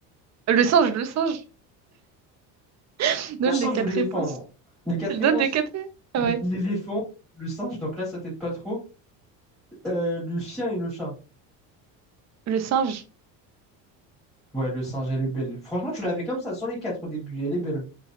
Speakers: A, on the right; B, in the centre.
A: Le singe, le singe. <laughs> Donne
B: Le singe
A: les quatre
B: ou l'éléphant?
A: réponses.
B: Les quatre
A: Donne
B: réponses.
A: les quatre. Ouais.
B: L- L'éléphant, le singe, donc là, ça t'aide pas trop. Euh, le chien et le chat.
A: Le singe.
B: Ouais, le singe, elle est belle. Franchement, tu l'avais comme ça, sans les quatre au début, elle est belle.